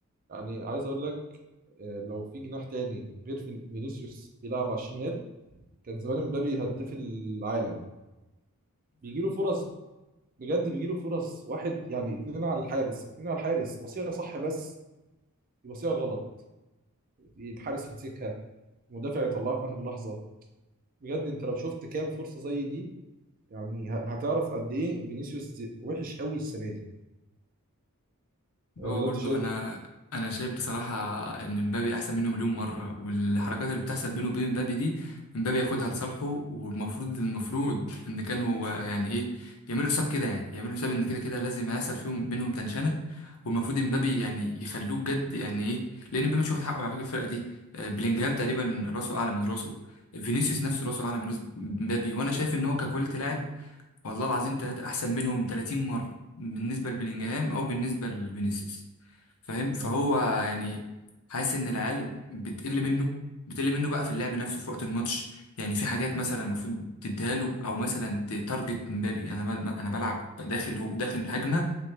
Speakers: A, on the right; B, on the left.
A: يعني عايز اقول لك آه، لو في جناح تاني غير فين- فينيسيوس بيلعب على الشمال كان زمان مبابي هداف العالم بيجي له فرص بجد بيجي له فرص واحد يعني اتنين على الحارس اتنين على الحارس بصيها صح بس يبصيها غلط الحارس يمسكها مدافع يطلعها في اخر لحظه بجد انت لو شفت كام فرصه زي دي يعني ه- هتعرف قد ايه فينيسيوس دي- وحش قوي السنه دي ولا
B: هو برضو
A: انت شايف
B: انا
A: ايه؟
B: انا شايف بصراحه ان مبابي احسن منه مليون مره والحركات اللي بتحصل بينه وبين مبابي دي مبابي ياخدها لصالحه والمفروض المفروض ان كان هو يعني ايه يعملوا حساب كده يعني يعملوا حساب ان كده كده لازم هيحصل فيهم بينهم تنشنه والمفروض مبابي يعني يخلوه بجد يعني ايه لان مبابي مش واخد حقه على فكره الفرقه دي آه، بلينجهام تقريبا راسه اعلى من راسه فينيسيوس نفسه راسه اعلى من راس مبابي وانا شايف ان هو ككواليتي لاعب والله العظيم ثلاثه احسن منهم 30 مره بالنسبه لبلينجهام او بالنسبه لفينيسيوس فاهم فهو
A: مم.
B: يعني حاسس ان العيال بتقل منه بتقل منه بقى في اللعب نفسه في وقت الماتش يعني في حاجات مثلا المفروض تديها له او مثلا تارجت مبابي انا بل- انا بلعب داخل هو داخل الهجمه